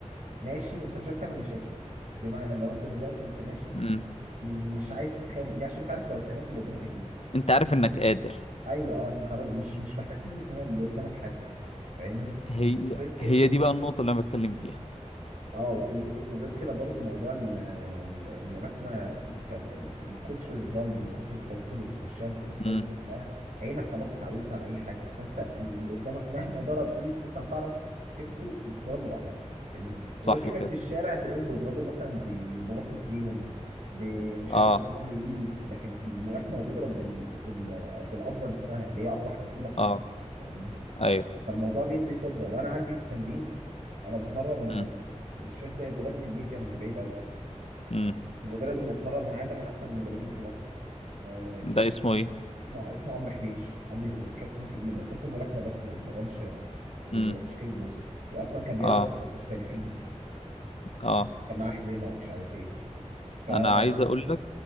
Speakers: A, on the right; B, on the left.
A: ماشي أنت مش عايز تعمل مشاكل بمعنى لو أنت دلوقتي وأنت ماشي
B: امم
A: مش عايز تتخانق ليه عشان أنت عارف لو اتخانقت اللي قدامك هتأذي
B: انت عارف انك قادر
A: أيوه أه أنت خلاص مش مش محتاج تثبت اللي قدامك حاجة فاهمني
B: هي
A: وغير كده
B: هي دي بقى النقطة اللي انا بتكلم فيها
A: اه وغ- وغير كده برضو موضوع ال- ال- الملاكمه بي- كان- من كتر الضرب ومن كتر الفايتات اللي بتخشها ومن كتر الحاجات
B: امم
A: دي كلها عينك خلاص اتعودت على اي حاجه فانت اللي قدامك مهما ضرب ايه انت هتعرف فهمته وتضربه بعدها فاهمني؟
B: صح
A: وغير كده
B: كده
A: في الشارع هتلاقيهم بيضربوا مثلا ب- ببطن ايديهم ب- مش
B: اه
A: عارف بظهر ايده لكن في الملاكمه هو بيضرب بال... بال... بالقبضه نفسها اللي هي اقوى حاجه في ايدك حرفيا
B: اه
A: فاهمني؟
B: ايوه
A: فالموضوع بيدي خبره وانا عندي في التمرين انا بتمرن
B: امم
A: الشاذ زايد قريب من البيت يعني مش بعيد قوي
B: امم
A: المدرب اللي بتمرن معاه ده من احسن المدربين في مصر هو ب-
B: ده
A: ب-
B: اسمه ايه
A: اسمه اسمه عمرو حبيش عمرو كابتن تقيل هو كابتن ملاكمه بس ما بيتمرنش ما بيتمرنش
B: امم
A: كيك بوكس واصلا كان بيلعب
B: اه
A: محترفين
B: اه
A: كان معاه حزينه ومش عارف ايه فا
B: انا عايز اقول لك